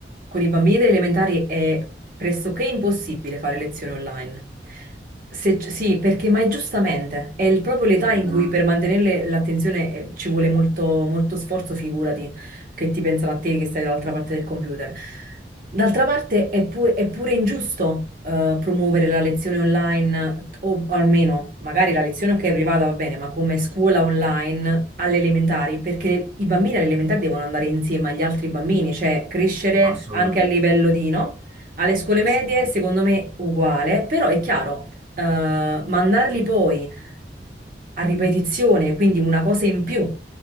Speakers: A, on the right; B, on the right.
A: Con i bambini delle elementari è pressoché impossibile fare lezioni online. Se- sì, perché, ma è giustamente, è il- proprio l'età
B: No,
A: in cui per mantenere l'attenzione eh, ci vuole molto, molto sforzo, figurati, che ti pensano a te che stai dall'altra parte del computer. D'altra parte è, pu- è pure ingiusto eh, promuovere la lezione online o almeno magari la lezione ok è privata va bene, ma come scuola online alle elementari, perché i bambini alle elementari devono andare insieme agli altri bambini, cioè crescere
B: assolutamente,
A: anche a livello di, no? Alle scuole
B: assolutamente.
A: medie, secondo me, uguale, però è chiaro, eh, mandarli poi a ripetizione, quindi una cosa in più,